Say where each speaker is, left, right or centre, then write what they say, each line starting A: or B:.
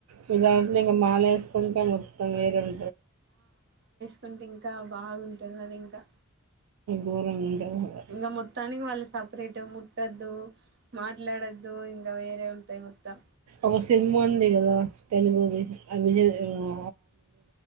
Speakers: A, on the right (about 80°); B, on the right (about 55°).
A: వినాయకుని మాల వేసుకుంటే మొత్తం వేరే ఉం
B: కుంటే ఇంకా బాగుంటది అది ఇంకా
A: ఘోరంగా ఉంటది అసల.
B: ఇంగ మొత్తానికి వాళ్ళు సపరేట్ ముట్ట ద్దు మాట్లాడద్దు ఇంగ వేరే ఉంటాయ్ మొత్తం
A: ఒక సినిమా ఉంది గదా తెలుగు <unintelligible> <unintelligible> ఇగ